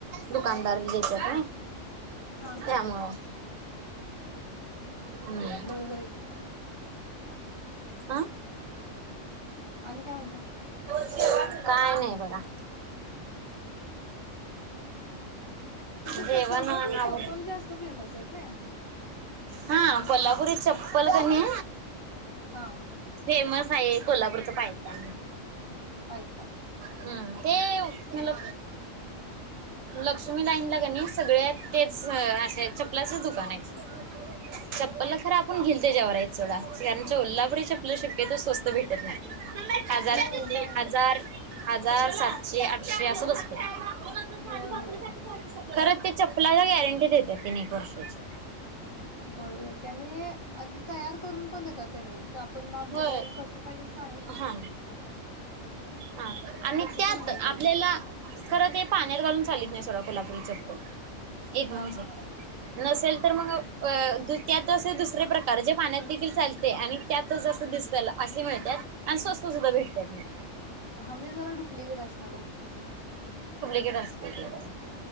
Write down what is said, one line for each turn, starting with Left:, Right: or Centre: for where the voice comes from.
Right: दुकानदार येतात ना
Left: हा
Right: त्यामुळं हम्म.
Left: बरोबर आहे
Right: आह
Left: आणि काय म्हणताय
Right: काय नाही बघा
Left: तिथं
Right: जेवण
Left: चकोलला के
Right: आवर
Left: चक्कोल जास्त फेमस आहेत ना
Right: हा कोल्हापुरी चप्पल कनी
Left: हा
Right: फेमस आहे कोल्हापूरच पाहिता
Left: पायतान
Right: हम्म ते मल लक्ष्मी लाईन ला ग नाही सगळ्या तेच असे चपलाचच दुकान आहे चप्पल खर आपण घेलते ज्याववर कोल्हापुरीच्या आप शक्यत स्वस्त भेटत नाही हजार
Left: होय नाही
Right: हजार हजार सातशे आठशे असं बसत खडू
Left: होय
Right: बाप
Left: होय
Right: घ पा खरं ते चप्लाला गॅरंटी देते तीन एक वर्षाची.
Left: बरोबर आहे की आणि आणि त तयार करून पण देतात त्यांनी. ते आपण माप
Right: होय
Left: दिलं कशी पाहिजे सां
Right: हा हा आणि
Left: तसं
Right: त्यात
Left: पण आहे
Right: आपल्याला
Left: काय ते
Right: खर ते पाण्यात घालून चालत नाही सोड कोल्हा त चपल. एक
Left: हा
Right: माणस
Left: हा
Right: आहे.
Left: हा
Right: नसेल तर मग त्यात असे दुसरे प्रकार जे पाण्यात देखील चालते आणि त्यातच असं दिसत्याल असे मिळतात. आणि स्वस्त सुद्धा भेटतात मग.
Left: हा म्हणजे जला डुप्लिकेट असणार हो.
Right: केट असतय जरा.